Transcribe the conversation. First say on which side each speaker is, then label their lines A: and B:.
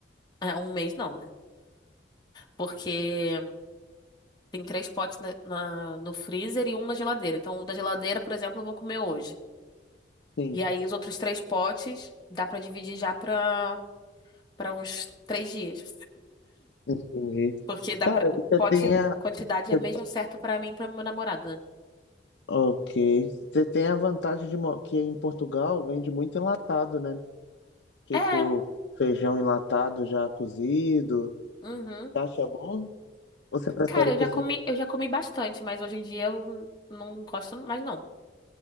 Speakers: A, on the left; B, on the left.
A: é, um mês não, né? Porque tem três potes na, na- no freezer e um na geladeira. Então, o da geladeira, por exemplo, eu vou comer hoje.
B: Sim,
A: E aí, os outros três potes dá pra dividir já pra, pra uns três dias.
B: entendi.
A: Porque dá
B: Cara,
A: pra, o
B: e você
A: pote,
B: tem a...
A: quantidade
B: você-
A: é mesmo certa pra mim e pra meu namorado, né?
B: Ok. Você tem a vantagem de mo- que em Portugal vende muito enlatado, né? Tipo,
A: É,
B: feijão enlatado já cozido.
A: uhum.
B: Você acha bom? Ou você prefere
A: Cara, eu
B: cozido?
A: já comi, eu já comi bastante, mas hoje em dia eu não gosto mais, não.